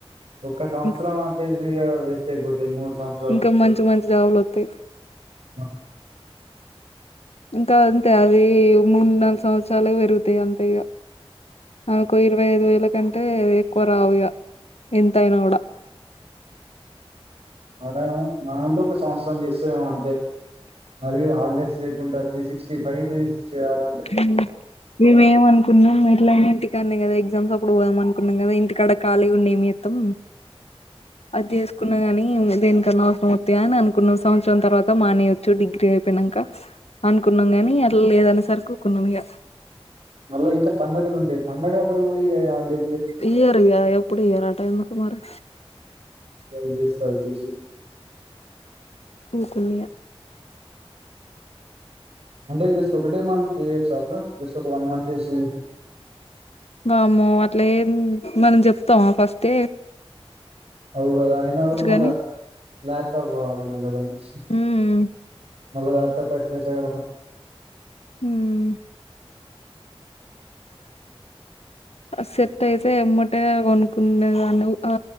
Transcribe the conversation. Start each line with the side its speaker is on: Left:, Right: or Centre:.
Right: ఒక్క సంవత్సర
Left: ఇంక్
Right: ఆపేసిగా వేస్ట్ అయిపోతాంది మూడు సంవత్సర
Left: ఇంకా మంచి మంచి జాబులొత్తయ్
Right: అ
Left: ఇంకా అంతే అది మూడు నాలుగు సంవత్సరాలు పెరుగుతాయి అంతే ఇక ఆ ఒక ఇరవై ఐదు వేల కంటే ఎక్కువ రావు ఇగా ఎంతయినా కూడా
Right: అద మనంటూ ఒక సంవత్సరం చేస్తేము అంతే మరి హాలిడేస్ లేకుండా three sixty five days చేయాల
Left: ఉమ్ మేమనకు కున్నాం ఎట్లనా ఇంటికానే కద ఎగ్జామ్స్ అప్పుడు పోదం అనుకున్నాం కదా ఇంటికాడ ఖాళీ ఉండి ఏంచేస్తాం అద్ చేస్ కున్న గాని దేనికన్నా అవసరం వా అని అనుకున్న సంవత్సరం తర్వాత మానేయొచ్చు డిగ్రీ అయిపోయినంక అనుకున్నాం కాని అట్లా లేదనేసరికి ఊరుకున్నాం ఇక
Right: మళ్ళా ఇంకా పండుగలు ఉండే పండగప్పుడు గూడ ఇయ్యఅండి
Left: ఇయ్యరు ఇంక ఎప్పుడు ఇయ్యరు ఆ టైమ్కు మరి
Right: <unintelligible> చేసి
Left: ఊకుల్లో
Right: అంటే జస్ట్ ఒకటే మంత్ చేయొచ్చా అట్లా జస్ట్ ఒక వన్ మంత్ చేసి
Left: వామ్మో అట్లే మనం చెప్తామా ఫస్ట్
Right: అవుగాద అయినా గూడ మళ్ళ
Left: గాని
Right: ల్యాప్టాప్ కావాలి మళ్ళా ద
Left: మ్మ్
Right: <inaudible> మళ్ళీ ల్యాప్టాప్ పైసలెట్లా కడతాం
Left: హ సెట్ అయితే ఎమ్మటే కొనుక్కునేదాన్ని ఆ